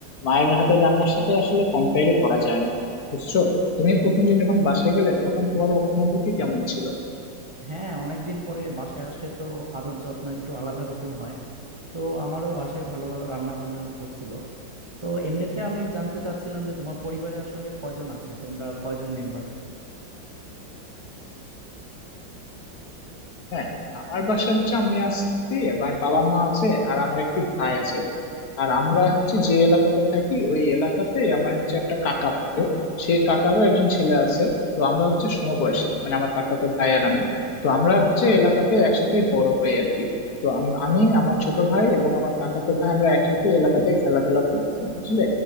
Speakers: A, on the left; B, on the right.
A: মায়ের হাতের রান্নার সাথে আসলে কম্পেয়ারই করা যায় না বুঝছো তুমি প্রথম দিন যখন বাসায় গেলে তখন তোমার অনুভূতি কেমন ছিল
B: হ্যাঁ অনেকদিন পরে বাসায় আসলে তো আদর যত্ন একটু আলাদা রকম হয় তো আমারও বাসায় ভালো ভালো রান্না বান্না করছিল তো এমনিতে আমি জানতে চাচ্ছিলাম যে তোমার পরিবারে আসলে কয়জন আছে তোমরা কয়জন মেম্বার
A: হ্যাঁ আমার বাসায় হচ্ছে আমি আছি আমার বাবা মা আছে আর আমার একটি ভাই আছে আর আমরা হচ্ছে যে এলাকাতে থাকি ওই এলাকাতে আমার হচ্ছে একটা কাকা থাকে সেই কাকারও একজন ছেলে আছে তো আমরা হচ্ছে সমবয়সী মানে আমার কাকাতো ভাই আর আমি তো আমরা হচ্ছে এলাকাতে একসাথে বড় হই আর কি তো আম- আমি আমার ছোট ভাই এবং আমার কাকাতো ভাই আমরা একসাথে এলাকাতে খেলাধুলা করতাম বুঝলে